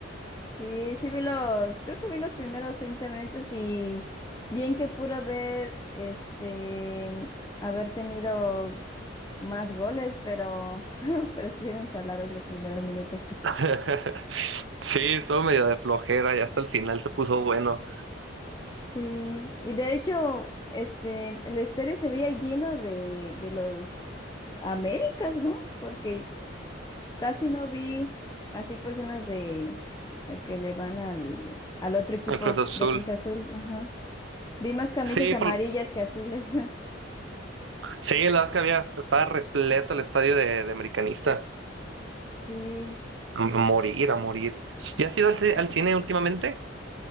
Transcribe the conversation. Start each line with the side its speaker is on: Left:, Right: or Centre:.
Left: Sí, sí vi los, creo que vi los primeros 30 minutos y bien que pudo haber, este, haber tenido más goles, pero, <laughs> pero estuvieron salados los primeros minutos,
Right: <laughs> Sí, estuvo medio de flojera y hasta el final se puso bueno
Left: Sí, y de hecho, este, el estadio se veía lleno de, de los Américas, ¿no? Porque casi no vi así personas de al que le van al, al otro equipo
Right: el Cruz Azul.
Left: de Cruz Azul, ajá. Vi más camisas
Right: Sí,
Left: amarillas
Right: por-
Left: que azules. <laughs>
Right: sí, la verdad es que había, estaba repleto el estadio de, de Americanista.
Left: Sí.
Right: A morir, a morir. ¿Ya has ido al, ci- al
Left: Y-
Right: cine últimamente?